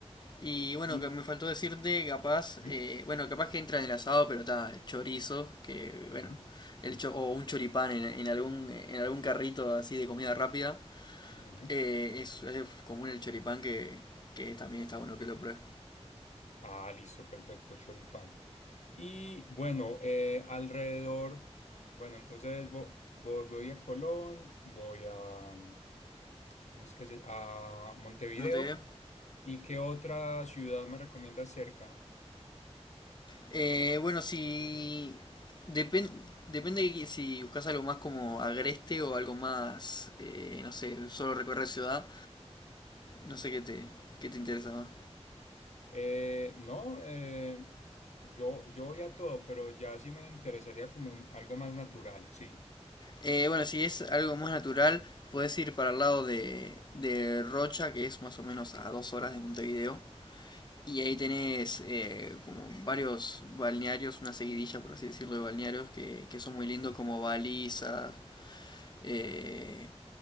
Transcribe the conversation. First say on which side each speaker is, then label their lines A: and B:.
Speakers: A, on the left (about 40°); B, on the left (about 80°).
A: Y bueno,
B: Y-
A: que me faltó decirte, capaz,
B: Ujú,
A: eh, bueno, capaz que entra en el asado, pero está chorizo, que
B: ujú,
A: bueno, el cho- o un choripán en, en algún en algún carrito así de comida rápida.
B: ujú.
A: Eh, es, es común el choripán que, que también está bueno que lo pruebe.
B: Ah, listo, perfecto, choripán. Y bueno, eh, alrededor, bueno, entonces vo- vo- voy a Colón, voy a, mm, ¿cómo es que se? A Montevideo.
A: ¿Cómo te digo?
B: ¿Y qué otra ciudad me recomienda cerca?
A: Eh, bueno, si. depende depende si buscas algo más como agreste o algo más. eh, no sé, solo recorrer ciudad. No sé qué te, qué te interesa más.
B: Eh, no, eh, yo, yo voy a todo, pero ya sí me interesaría como un- algo más natural, sí.
A: Eh, bueno, si es algo más natural, puedes ir para el lado de, de Rocha, que es más o menos a dos horas de Montevideo. Y ahí tenés eh, como varios balnearios, una seguidilla por así decirlo de balnearios que, que son
B: Ujú,
A: muy lindos
B: Ok.
A: como Balizas, eh,